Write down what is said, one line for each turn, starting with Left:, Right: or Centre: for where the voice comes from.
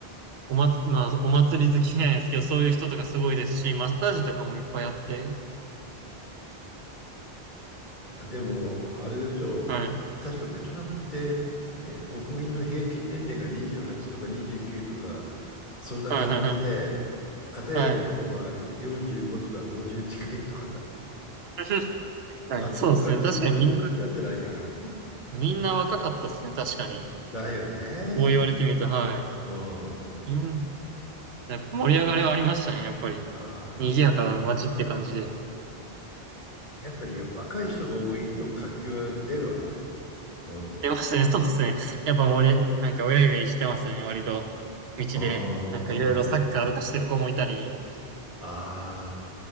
Right: おまつ、まあ、お祭り好きじゃないですけど、そういう人とかすごいですし、マッサージとかもいっぱいあって、
Left: あ、でも、あれでしょう。
Right: はい、
Left: 確かベトナムって、えー国民の平均年齢が28とか29とか、そんな感じで、
Right: はい、はい、はい。
Left: 片や日本は45とか50近いとか、
Right: はい <laughs> はいそうですね。
Left: 街の活気も全然違うんじゃないかな。
Right: 確かにみんな、みんな若かったですね。確かに。
Left: だよね。
Right: そう言われてみると、はい。
Left: うん。あ
Right: みん、やっぱ盛り上がりはありましたね。やっぱり。
Left: あ。
Right: 賑やかな街って感じで。
Left: やっぱり若い人が多いと活気は出るわな。うん。
Right: 出ますね。そうですね。やっぱ盛り、なんかウェイウェイしてますね。割と。道で。
Left: ああ、
Right: なんかいろいろサッカーとかしてる子もいたり、
Left: ああ。